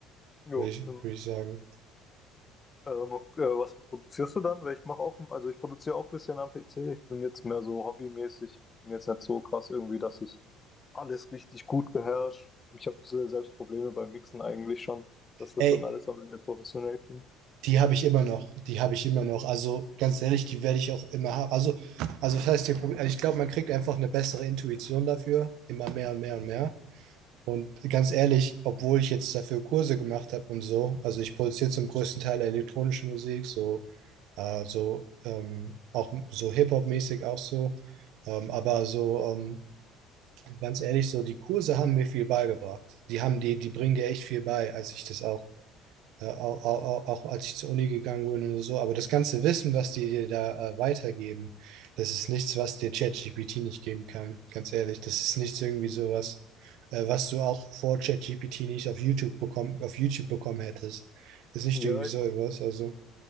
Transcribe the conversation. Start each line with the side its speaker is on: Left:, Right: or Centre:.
Left: Jo,
Right: würde ich,
Left: ähm,
Right: würde ich sagen.
Left: äh, noch, äh, was produzierst du dann? Weil ich mache auch, also ich produziere auch ein bisschen am PC. Ich bin jetzt mehr so hobbymäßig, bin jetzt nicht so krass irgendwie, dass ich alles richtig gut beherrsche. Ich habe selbst Probleme beim Mixen eigentlich schon, dass das
Right: Ey,
Left: dann alles am Ende professionell klingt.
Right: die habe ich immer noch, die habe ich immer noch. Also ganz ehrlich, die werde ich auch immer haben. Also, also das heißt, die Prob- also ich glaube, man kriegt einfach eine bessere Intuition dafür, immer mehr und mehr und mehr. Und ganz ehrlich, obwohl ich jetzt dafür Kurse gemacht habe und so, also ich produziere zum größten Teil elektronische Musik, so, äh, so ähm, auch m- so Hip-Hop-mäßig auch so. Ähm, aber so, ähm, ganz ehrlich, so die Kurse haben mir viel beigebracht. Die haben die, die bringen dir echt viel bei, als ich das auch äh, auch, auch, auch als ich zur Uni gegangen bin und so. Aber das ganze Wissen, was die dir da äh, weitergeben, das ist nichts, was dir ChatGPT nicht geben kann. Ganz ehrlich, das ist nichts irgendwie sowas, äh, was du auch vor ChatGPT nicht auf YouTube bekommen, auf YouTube bekommen hättest. Das Ist nicht
Left: Ja,
Right: irgendwie so
Left: ich
Right: etwas. Also,